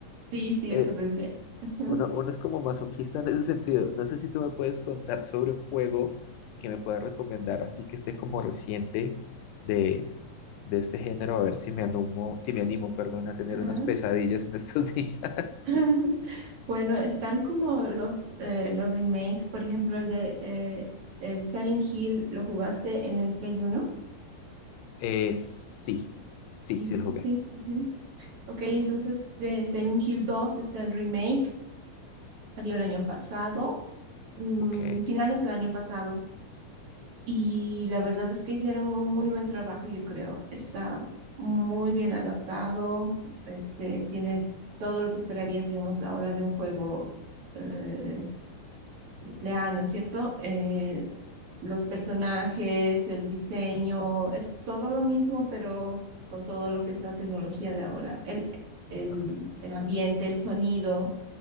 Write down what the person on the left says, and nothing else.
Eh,
Uno, uno es como masoquista en ese sentido. No sé si tú me puedes contar sobre un juego que me puedas recomendar, así que esté como reciente de, de este género, a ver si me animo, si me animo, perdón, a tener
unas pesadillas en estos <laughs> días.
Eh, sí, sí,
sí
lo jugué.
Ok,
ah,